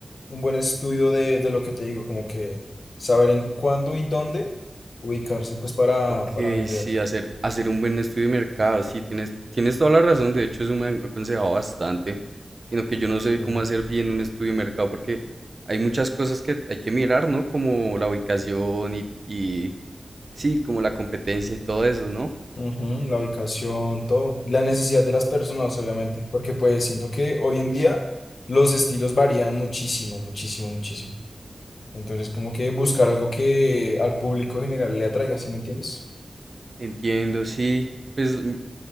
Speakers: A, on the left; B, on the right.
A: un buen estudio de, de lo que te digo, como que saber en cuándo y dónde ubicarse pues para,
B: Ok,
A: para vender.
B: sí, hacer, hacer un buen estudio de mercado, sí, tienes, tienes toda la razón, de hecho eso me han aconsejado bastante, sino que yo no
A: ¿sí?
B: sé cómo hacer bien un estudio de mercado porque hay muchas cosas que hay que mirar, ¿no? Como la ubicación y, y sí, como la competencia y todo eso, ¿no?
A: Ujú, la ubicación, todo. La necesidad de las personas, obviamente, porque pues siento que hoy en día los estilos varían muchísimo, muchísimo, muchísimo. Entonces, como que buscar algo que al público general le atraiga, ¿sí me entiendes?
B: Entiendo, sí, pues mm,